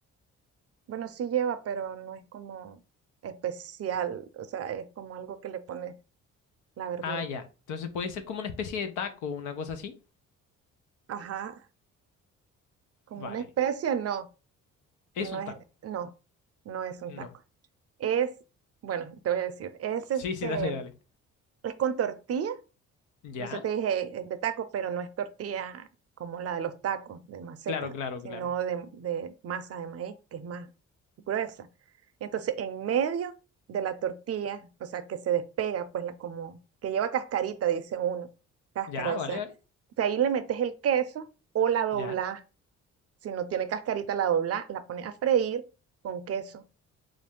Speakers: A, on the right; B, on the left.
A: Bueno, sí lleva, pero no es como especial, o sea, es como algo que le pone la verdura.
B: Ah, ya. Entonces puede ser como una especie de taco, una cosa así.
A: Ajá, como
B: Vale.
A: una especie, no,
B: ¿Es
A: no
B: un
A: es,
B: taco?
A: no, no es un
B: No.
A: taco. Es, bueno, te voy a decir, es este,
B: Sí, sí, dale, dale.
A: es con tortilla
B: ¿Ya?
A: Por eso te dije es de tacos, pero no es tortilla como la de los tacos de maseca,
B: Claro, claro,
A: sino
B: claro.
A: de, de masa de maíz, que es más gruesa. Entonces, en medio de la tortilla, o sea, que se despega, pues la como, que lleva cascarita, dice uno, cáscara,
B: Ya, vale,
A: o sea,
B: vale.
A: de ahí le metes el queso o la doblás.
B: Ya.
A: Si no tiene cascarita, la doblás, la pones a freír con queso